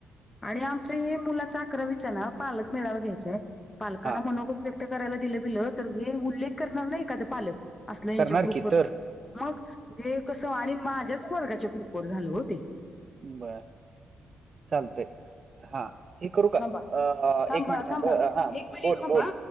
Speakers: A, on the left; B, on the right.
A: आणि आमच्याही मुलाचा अकरावीचा ना पालक मेळावा घ्यायचाय पालकांना
B: हा
A: मनोगत व्य क्त करायला दिलं बिलं तर हे उल्लेख करणार नाही का ते पालक. असलं यांच्या
B: करणार
A: ग्रुपवरती
B: की तर
A: मग हे कस आणि माझ्याच वर्गाच्या ग्रुपवर झाल हो ते.
B: बर, चालतयं. हा. हे करू का
A: थांबा,
B: अ
A: थांबा,
B: एक मिनिट थांब
A: थांबा.
B: अ, हा
A: एक मिनिट
B: बोल
A: थांबा
B: बोल